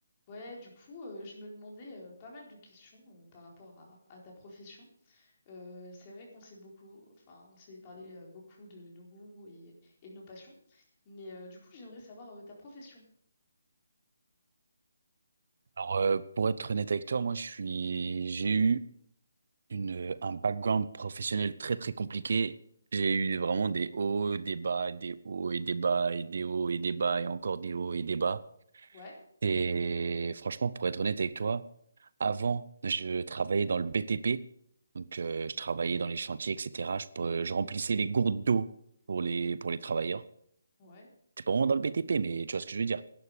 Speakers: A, on the left; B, on the right.
A: Ouais, du coup, euh, je me demandais euh, pas mal de questions euh, par rapport à, à ta profession. Euh, c'est vrai qu'on s'est beaucoup, enfin, on s'est parlé euh, beaucoup de nos goûts et, et de nos passions, mais euh, du coup, j'aimerais savoir euh, ta profession.
B: Alors, euh, pour être honnête avec toi, moi, je suis, j'ai eu une, un background professionnel très, très compliqué. J'ai eu vraiment des hauts, des bas, des hauts et des bas, et des hauts et des bas, et encore des hauts et des bas.
A: Ouais,
B: Et franchement, pour être honnête avec toi, avant, je travaillais dans le BTP. Donc, euh, je travaillais dans les chantiers, etc. Je, peux- je remplissais les gourdes d'eau pour les, pour les travailleurs.
A: ouais,
B: C'est pas vraiment dans le BTP, mais tu vois ce que je veux dire.